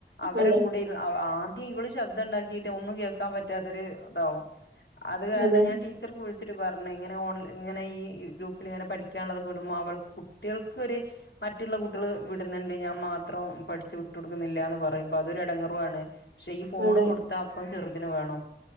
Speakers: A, on the left (about 75°); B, on the right (about 85°).
A: അവരെ
B: അതെ
A: കൂടെ ഇര് ആ ആ ദേ ഇവള് ശബ്ദംണ്ടാക്കിയിട്ട് ഒന്നും കേൾക്കാൻ പറ്റാതെരു അതാവും അത് കാരണം
B: അതെ
A: ഞാൻ ടീച്ചർക്ക് വിളിച് പറഞ് ഇങ്ങനെ ഓൺൽ ഇങ്ങനെ ഈ ഈ ഗ്രൂപ്പിൽ ഇങ്ങനെ പഠിക്കാനുള്ളതൊക്കെ വിടുമ്പോ അവൾ കുട്ടിയാൾക്കൊര് മറ്റുള്ള കുട്ടികൾ വിട്ന്ന്ണ്ട് ഞാൻ മാത്രം പഠിച്ചു വിട്ടു കൊടുക്കുന്നില്ല എന്ന് പറയുമ്പോ അതൊരു എടങ്ങേറുവാണ് പക്ഷെ ഈ ഫോണ്
B: അതെ
A: കൊടുത്ത അപ്പം ചെർത് പിന്നെ വേണം